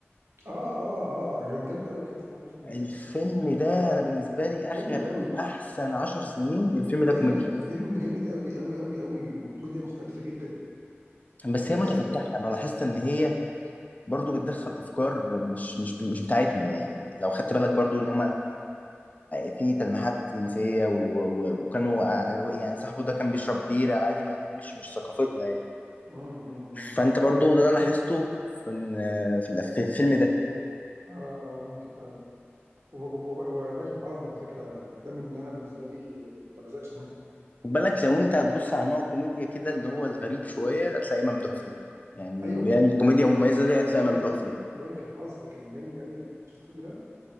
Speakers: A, on the right (about 80°); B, on the left (about 35°).
A: اه اه اه كان جامد قوي كان اسمه ايه الفيلم ده
B: الفيلم ده انا بالنسبة لي
A: جامد
B: اخر
A: قوي
B: احسن عشر سنين الفيلم ده
A: ايوه
B: كوميديا
A: فيلم جامد قوي قوي قوي قوي وكوميديا مختلفه جدا
B: بس
A: اه
B: هي متفتحة انا لاحظت ان هي برضو بتدخل افكار مش مش مش بتاعتنا يعني لو خدت بالك برضو ان هم في تلميحات جنسية و- و- وكانوا آه، قالوا إيه، يعني صاحبه ده كان بيشرب بيرة عادي مع ان دي مش مش ثقافتنا يعني
A: مم، مم، مم.
B: فانت برضو ده انا لاحظته في إن- في الأف- في الفيلم ده
A: اه اه ممكن فعلا وب- وب- وبنك الحظ على فكره من الافلام اللي انا بالنسبه لي ما بزقش منها
B: خد بالك لو انت هتبص على نوع كوميديا كده اللي هو الغريب شوية هتلاقيه ممدوح فيه يعني
A: ايوه
B: اللي هي الكوميديا
A: ما
B: المميزة
A: ما انا
B: دي
A: ما
B: هتلاقي
A: انا بقول
B: ممدوح
A: لك
B: فيها
A: بنك الحظ كان جامد قوي شفت الفيلم ده